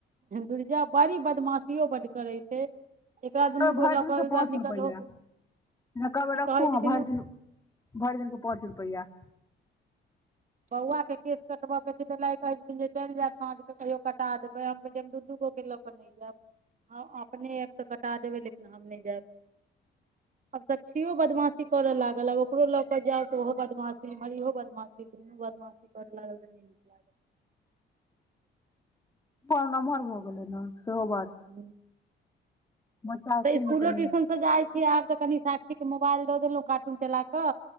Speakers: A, on the right (about 40°); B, on the left (about 15°).
A: दुर्जौ बड़ी बदमाशियो बड्ड करै छै एकरा दुनू गो
B: भरि
A: लऽ
B: दिन
A: कऽ
B: के
A: ओहि
B: पाँच
A: दुआरे निकलहो
B: रुपैआ
A: के मोन
B: कब
A: ई
B: रखू
A: कहै
B: ह
A: छथिन
B: भरि दिन भरि दिन के पाँच रुपैआ
A: बौआके केश कटबयके छै तऽ लाय कहैत छथिन जे चलि जायब साँझकेँ कहियो कटा देबै हम कह हम दू दूगोके लऽ कऽ नहि जायब हम अपने आयब तऽ कटा देबै लेकिन हम नहि जायब आब सक्षियो बदमाशी करय लागल आब ओकरो लऽ कऽ जायब तऽ ओहो बदमाशी एम्हर इहो बदमाशी दुनू बदमाासी करै लागल तऽ नहि निकलाग
B: ओ नमहर भऽ गेलै ने सेहो बात
A: <unintelligible>
B: बच्चा छै
A: स्कुलो
B: ने कनि
A: ट्यूशन से जाइ छी आब तऽ कनि सा ठीक मोबाइल दऽ देलहुं कार्टून चला कऽ